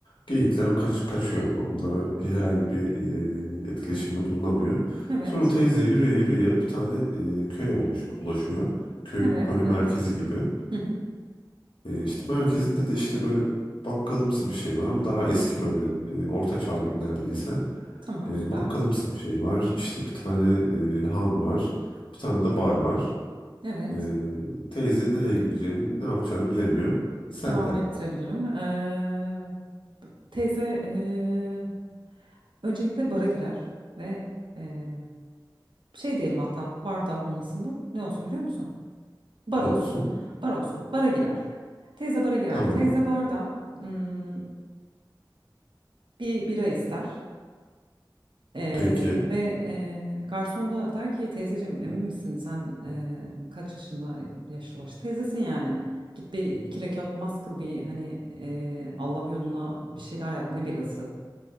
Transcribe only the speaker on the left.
Geyikler kaç, kaçıyor ama onlara herhangi bir e, etkileşimde bulunamıyor.
Sonra teyze yürüye yürüye bir tane e, köye oluş- ulaşıyor. Köyün
böyle
merkezi gibi.
E, işte merkezinde de işte böyle bakkalımsı bir şey var ama daha eski böyle e, orta çağ gibi neredeyse.
E,
bakkalımsı bir şey var. İşte bir tane e, han var. Bir tane de bar var.
E, teyze nereye gireceğini ne yapacağını bilemiyor. Sen
de
ne
olsun?
Tamam.
Peki.